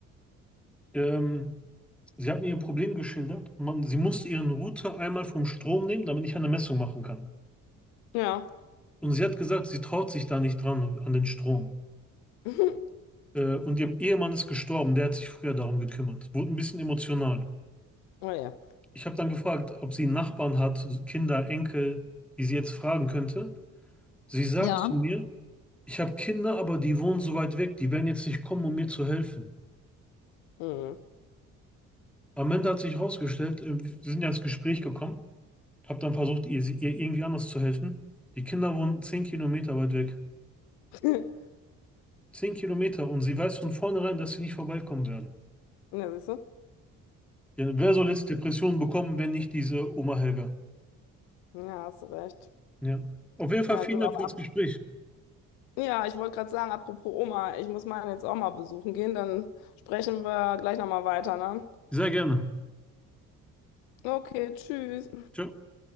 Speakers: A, in the centre; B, on the left (about 70°).
A: Ähm, sie hat mir ihr Problem geschildert. Man, sie musste ihren Router einmal vom Strom nehmen, damit ich eine Messung machen kann.
B: ja.
A: Und sie hat gesagt, sie traut sich da nicht dran, an den Strom.
B: <laughs>
A: Äh, und ihr Ehemann ist gestorben, der hat sich früher darum gekümmert. Wurde ein bisschen emotional.
B: Oh je.
A: Ich habe dann gefragt, ob sie einen Nachbarn hat, so Kinder, Enkel, die sie jetzt fragen könnte. Sie sagt
B: Ja.
A: zu mir, ich habe Kinder, aber die wohnen so weit weg, die werden jetzt nicht kommen, um mir zu helfen.
B: Mhm.
A: Am Ende hat sich herausgestellt, äh, wir sind ja ins Gespräch gekommen, habe dann versucht, ihr, sie- ihr irgendwie anders zu helfen. Die Kinder wohnen 10 Kilometer weit weg.
B: <laughs>
A: 10 Kilometer und sie weiß von vornherein, dass sie nicht vorbeikommen werden.
B: Ja, siehst du?
A: Ja, wer soll jetzt Depressionen bekommen, wenn nicht diese Oma Helga?
B: Ja, hast du recht.
A: Ja. Auf jeden Fall
B: Ja,
A: vielen
B: du
A: Dank
B: aber.
A: für das
B: ab-
A: Gespräch.
B: Ja, ich wollte gerade sagen, apropos Oma, ich muss meine jetzt auch mal besuchen gehen, dann sprechen wir gleich nochmal weiter, ne?
A: Sehr gerne.
B: Okay, tschüss.
A: Ciao.